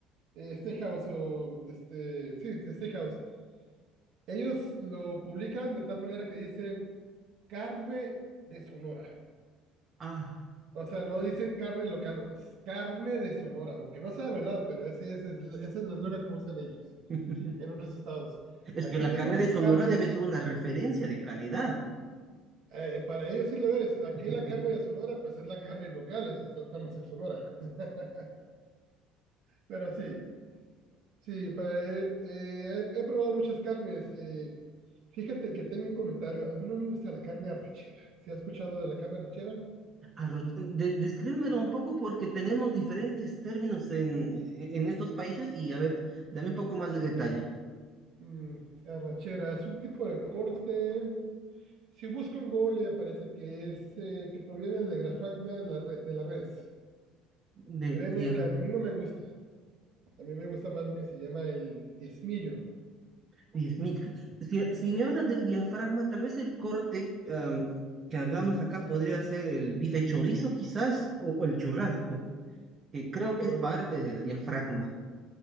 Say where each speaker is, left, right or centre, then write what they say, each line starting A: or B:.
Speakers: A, on the right; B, on the right.
A: Eh, steakhouse o... Este, sí, steakhouse. Ellos lo publican de tal manera que dicen carne de Sonora.
B: ah.
A: O sea, no dicen carne local, no, es carne de Sonora, aunque no sea verdad, pero ese, ese es, ese es el eslogan que usan ellos
B: <laughs>
A: en otros estados.
B: Es
A: Aquí
B: que la
A: tenemos
B: carne de Sonora
A: carne
B: debe
A: de Sonora.
B: ser una referencia de calidad.
A: Eh, para ellos sí lo es. Aquí
B: <laughs>
A: la carne de Sonora, pues es la carne local, es- estamos en Sonora. <laughs> Pero sí, sí, pa- eh, eh, he, he probado muchas carnes. eh, fíjate que tengo un comentario. A mí no me gusta la carne arrachera. ¿Se ha escuchado de la carne arrachera?
B: Arroz- de- descríbemelo un poco porque tenemos diferentes términos en, en estos países y a ver, dame un poco más de detalle.
A: Mm, arrachera es un tipo de corte. Si busco en Google le aparece que es eh, que proviene del grafagma de la, re- de la res.
B: De,
A: Créeme
B: ya.
A: que a mí no me gusta. A mí me gusta más lo que se llama el diezmillo,
B: Dios mío, si, si me hablas del diafragma, tal vez el corte am, que hablamos acá podría ser el bife chorizo quizás, o, o el churrasco, que creo
A: probablemente.
B: que es parte del diafragma.